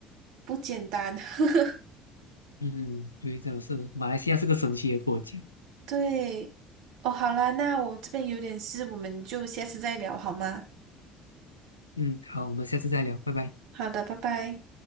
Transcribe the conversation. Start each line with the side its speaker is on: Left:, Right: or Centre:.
Right: 不简单。<laughs>
Left: 嗯，对，真的是马来西亚是个神奇的国家，
Right: 对，哦，好啦，那我这边有点事，我们就下次再聊好吗？
Left: 嗯，好，我们下次再聊，拜拜。
Right: 好的，拜拜。